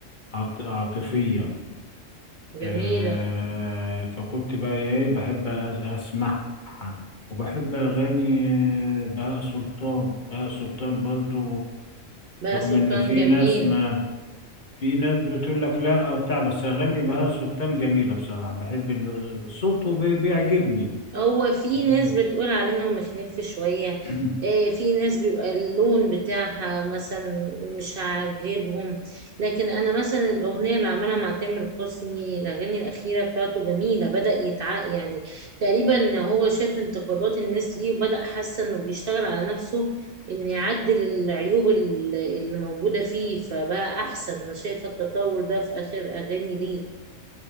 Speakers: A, on the left; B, on the right.
A: عاط- عاطفية
B: جميلة
A: آه، فكنت بقى ايه بحب أس- اسمعها وبحب اغاني بهاء سلطان بهاء سلطان برضو
B: بقى
A: رغم
B: سلطان
A: ان في
B: جميل
A: ناس ما في ناس بتقول لك لا او بتاع بس اغاني بهاء سلطان جميلة بصراحة بحب ال- صوته بي- بيعجبني
B: هو في
A: ال-
B: ناس بتقول عليه انه مخنف شوية
A: <clears throat>
B: آه، في ناس بيبقى اللون بتاعها مثلا مش عاجبهم لكن انا مثلا الاغنية اللي عملها مع تامر حسني الاغاني الاخيرة بتاعته جميلة بدأ يتع يعني تقريبا هو شاف انتقادات الناس ليه وبدأ حاسة انه بيشتغل على نفسه ان يعدل العيوب ال- اللي موجودة فيه فبقى احسن انا شايفة التطور ده في اخر اغاني ليه